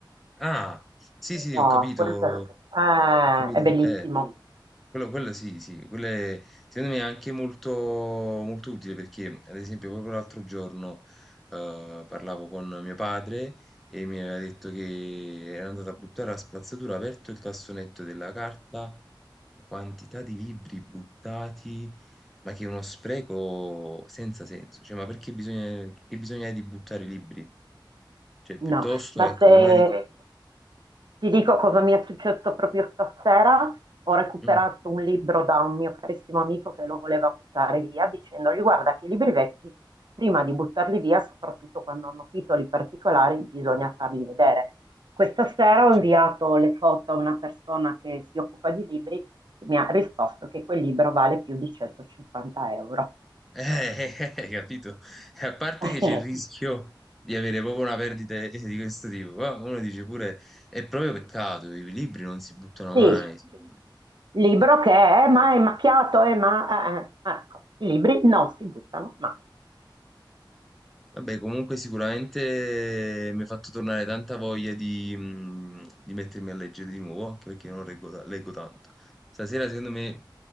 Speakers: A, in the centre; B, on the right (about 65°).
A: Ah, sì, sì,
B: Ah,
A: ho capito,
B: questo è, eh,
A: ho capito.
B: è bellissimo.
A: Eh. Quello, quello sì, sì, quello è- secondo me è anche molto, molto utile perché, ad esempio, proprio l'altro giorno eh, parlavo con mio padre e mi aveva detto che era andato a buttare la spazzatura, ha aperto il cassonetto della carta, quantità di libri buttati, ma che è uno spreco senza senso. Cioè, ma perché bisogna, che bisogna di buttare i libri? Cioè,
B: No,
A: piuttosto,
B: ma
A: ecco,
B: se
A: una di...
B: Ecco. ti dico cosa mi è successo proprio stasera, ho recuperato
A: Mm,
B: un libro da un mio carissimo amico che lo voleva buttare via, dicendogli guarda che i libri vecchi, prima di buttarli via, soprattutto quando hanno titoli particolari, bisogna farli vedere. Questa sera ho
A: sì.
B: inviato le foto a una persona che si occupa di libri che mi ha risposto che quel libro vale più di 150 euro.
A: Eh, <laughs> hai capito? E a parte
B: <laughs>
A: che c'è
B: No,
A: il rischio di avere proprio una perdita eh, di questo tipo, qua uno dice pure è proprio peccato, i libri non si buttano
B: Sì,
A: mai.
B: assolutamente.
A: secondo me.
B: libro che è, "Eh, ma è macchiato, è, ma... eh, eh. ecco, i libri non si buttano mai.
A: Vabbè, comunque sicuramente mi ha fatto tornare tanta voglia di, mm, di mettermi a leggere di nuovo, anche perché non leggo, ta- leggo tanto. Stasera, secondo me,